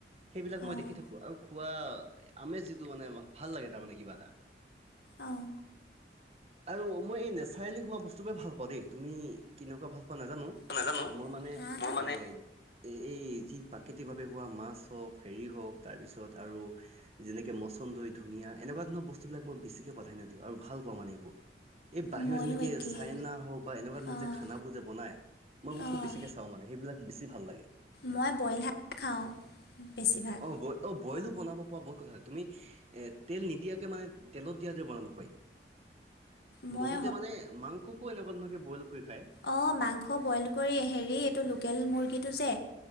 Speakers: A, on the right; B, on the left.
A: সেইবিলাক মই
B: অঁ
A: দেখি থাকো। আৰু খোৱা আমেজ যিটো মানে ভাল লাগে তাৰমানে কিবা এটা।
B: অহ।
A: আৰু মই এই নেচাৰেলি হোৱা বস্তু ব ভাল পাওঁ দেই। তুমি কেনেকুৱা ভাল পোৱা নাজানো
B: নাজানো
A: মই মানে এ
B: মোৰ মানে
A: এ এই যি প্ৰাকৃতিক ভাৱে হোৱা মাছ হওঁক হেৰি হওঁক তাৰ পিছত আৰু যেনেকে ম- চন্দই, ধুনীয়া এনেকুৱা ধৰণৰ বস্তুবিলাকই বেছিকৈ প্ৰধান্য দিওঁ আৰু ভাল পাওঁ মানে এইবোৰ। এই বাহিৰত
B: ময়ো
A: যেনেকে
B: একেই
A: চাইনা হওক বা এনেকুৱা ধৰণৰ
B: অঁ
A: যে খানাবোৰ যে বনায়। মই মোক
B: অঁ
A: খুব বেছিকে চাওঁ মানে সেইবিলাক বেছি ভাল লাগে।
B: মই বইল শাক খাওঁ বেছিভাগ
A: অ বয় অপ বইলো বনাব পৰা বহুত কথা, তুমি তেল নিদিয়াকে মানে তেলত দিয়াৰ দৰে বনাব পাৰি।
B: মই
A: বহুতে মানে মাংসকো এনেকুৱা ধৰকে বইল কৰি খায়।
B: অ মাংস বইল কৰি হেৰি এইটো লোকেল মুৰ্গীটো যে